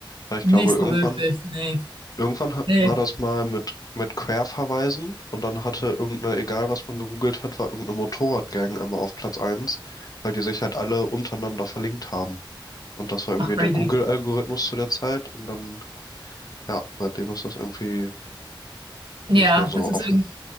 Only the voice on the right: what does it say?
Nicht
so wirklich, nee.
Nee,
ach crazy.
Ja,
das ist
irgendwie,